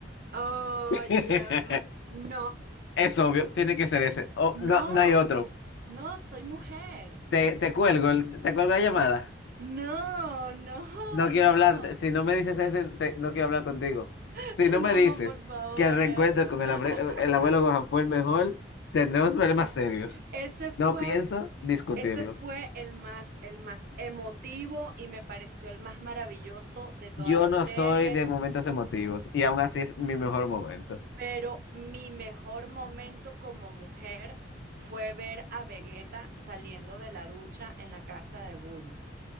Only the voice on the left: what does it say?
<laughs>
Es obvio, tiene que ser ese. Oh,
no, no hay otro.
Te, te cuelgo, el- te cuelgo la llamada.
No quiero
hablar, si no me dices ese, te- no quiero hablar contigo.
Si no
me dices
que el reencuentro
con el,
abre- eh, el abuelo Gohan fue el mejor, tendremos problemas serios.
No pienso discutirlo.
Yo
no
soy de momentos emotivos y aún así es mi mejor momento.